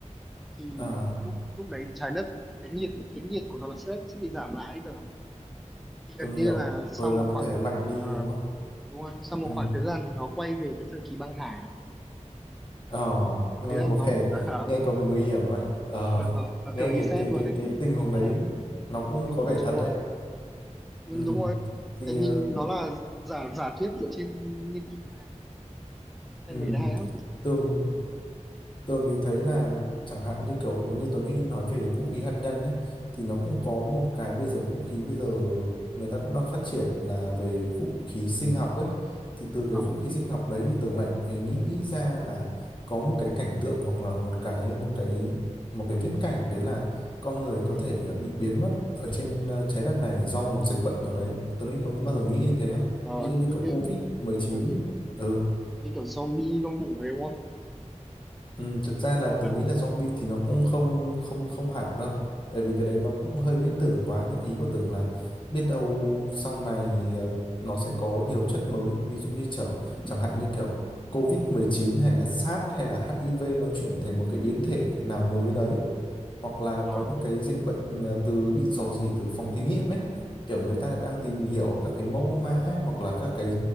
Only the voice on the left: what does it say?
à
thương hiệu
rồi
nó
có thể lạnh đi
đúng không
ừ
ờ
nghe
có
vẻ
nghe có vẻ nguy hiểm á ờ
nghe
cái cái
cái
cái tình huống đấy
nó
cũng có vẻ
thật
đấy
ừ
thì
ờ,
ừ
tường Tường thì thấy là chẳng hạn như kiểu như Tuấn Huy nói về vũ khí hạt nhân ấy thì nó cũng có một cái bây giờ vũ khí bây giờ người ta cũng đang phát triển là về vũ khí sinh học ấy thì từ
cái vũ khí sinh học đấy thì Tường lại ừ, nghĩ ra là có một cái cảnh tượng hoặc là một cái một cái một cái viễn cảnh đấy là con người có
thể là bị biến mất ở trên ờ, trái đất này do một dịch bệnh nào đấy Tuấn Huy có bao giờ nghĩ đến thế không?
Ví dụ như
kiểu
COVID-19
mười chín ừ
Ừ, thực ra là
tưởng nghĩ là zombie thì nó cũng không không không hẳn đâu tại vì cái đấy nó cũng hơi viễn tưởng quá nhưng ý của tưởng là
biết đâu sau này ờ, nó sẽ có nhiều chất mới ví dụ như chẳng
chẳng hạn như kiểu covid mười chín hay là SARS hay là HIV nó chuyển thành một cái biến thể nào mới đấy hoặc là
có những cái dịch bệnh à, từ bị rò rỉ từ phòng thí nghiệm ấy kiểu người ta đang tìm hiểu các cái mẫu mã hoặc là các cái